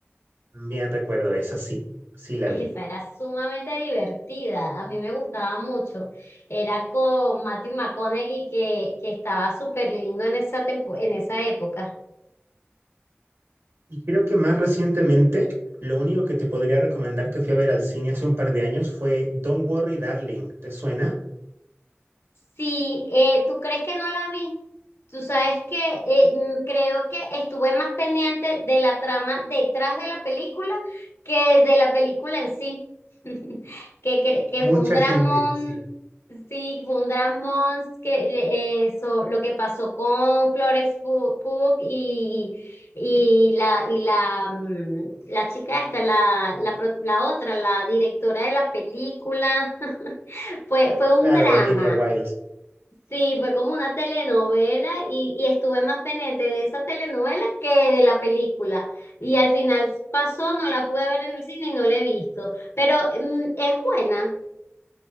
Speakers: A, on the right; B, on the left.
A: Bien recuerdo esa, sí, sí
B: <laughs>
A: la
B: Esa
A: vi.
B: era sumamente divertida, a mí me gustaba mucho. Era con Matthew McConaughey que, que estaba súper lindo en esa, tempo- en esa época.
A: Y creo que más recientemente, lo único que te podría recomendar que fui a ver al cine hace un par de años fue Don't Worry Darling. ¿Te suena?
B: Sí, eh, ¿tú crees que no la vi? Tú sabes que eh, mm, creo que estuve más pendiente de la trama detrás de la película que de la película en sí. <laughs> Que, que, que
A: Mucha
B: fue un dramón,
A: gente, sí.
B: sí, fue un dramón que, eh, so- lo que pasó con Florence Pugh Pugh y y la, y la, mm, la chica esta, la, la, pro- la otra, la directora de la película, <laughs> fue, fue un
A: Claro,
B: drama.
A: Olivia Wilde.
B: Sí, fue como una telenovela y, y estuve más pendiente de esa telenovela que de la película. Y al final pasó, no la pude ver en el cine y no la he visto. Pero mm, es buena.